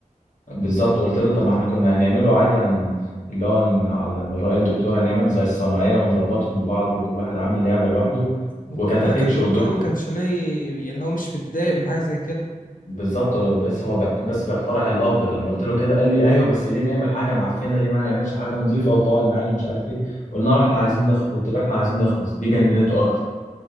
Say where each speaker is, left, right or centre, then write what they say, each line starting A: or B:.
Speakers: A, on the left (about 65°); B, on the left (about 80°).
A: بالظبط قلت له طب ما احنا كنا هنعمله عادي هن... اللي هو هن- على رأي الدكتور هنعمل زي الصناعية ونربطهم ببعض كل واحد عامل لعبة لوحده
B: وخد
A: وكانت
B: بالك
A: هتمشي
B: الدكتور
A: والدكتور
B: ما كانش ليه يعني اللي هو مش متضايق من حاجه زي كده
A: بالظبط بس هو بيق- بس بيقترح الافضل لما قلت له كده قال لي ايوه بس ليه نعمل حاجه معفنه ليه ما نعملش حاجه نظيفه وتقعد معانا ومش عارف ايه قلنا له احنا عايزين نخلص قلت له احنا عايزين نخلص دي جننته اكتر